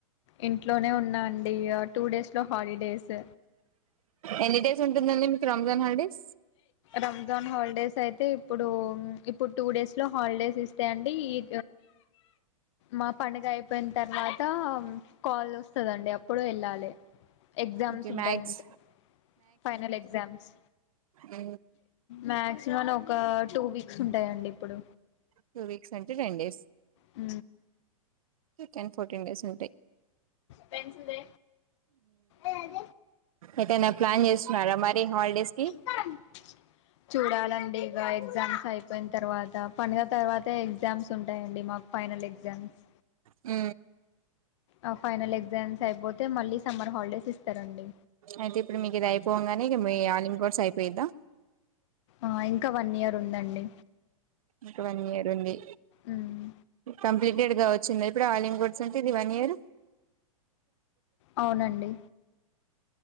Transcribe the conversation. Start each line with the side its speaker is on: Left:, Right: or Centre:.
Left: ఇంట్లోనే ఉన్నా అండి టూ డేస్ లో హాలిడేస్
Right: ఎన్ని డేస్ ఉంటుందండి మీకు రంజాన్ హల్డీస్
Left: రంజాన్ హాలిడేస్ అయితే ఇప్పుడు ఇప్పుడు టూ డేస్ లో హాలిడేస్ ఇస్తాయంండి ఈ మా పండుగ అయిపోయిన తర్వాత కాల్ వస్తదండి అప్పుడు వెళ్ళాలి ఎగ్జామ్స్
Right: ఓకే
Left: ఉంటాయండి
Right: మ్యాక్స్
Left: ఫైనల్ ఎగ్జామ్స్
Right: అ
Left: మాక్సిమం ఒక టూ వీక్స్ ఉంటాయంండి ఇప్పుడు
Right: టూ వీక్స్ అంటే టెన్ డేస్
Left: అ
Right: టెన్ ఫోర్టీన్ డేస్ ఉంటాయి
Left: పెన్సదే అద
Right: ఎటైనా ప్లాన్ చేస్తున్నారా మరి హాలిడేస్ కి
Left: ప చూడాలండి ఇక ఎగ్జామ్స్ అయిపోయిన తర్వాత పండుగ తర్వాతే ఎగ్జామ్స్ ఉంటాయండి మాకు ఫైనల్ ఎగ్జామ్స్
Right: అ
Left: ఆ ఫైనల్ ఎగ్జామ్స్ అయిపోతే మళ్ళీ సమ్మర్ హాలిడేస్ ఇస్తారండి
Right: అయితే ఇప్పుడు మీకు ఇది అయిపోవ గాని ఇక మీ ఆలిమ్ కోడ్స్ అయిపోయిద్దా
Left: ఆ ఇంకా వన్ ఇయర్ ఉందండి
Right: ఇకు వన్ ఇయర్ ఉంది
Left: ఉమ్
Right: కంప్లీటెడ్ గా వచ్చిందా ఇప్పుడు ఆలింగ్ కోడ్స్ అంటే ఇది వన్ ఇయర్
Left: అవునండి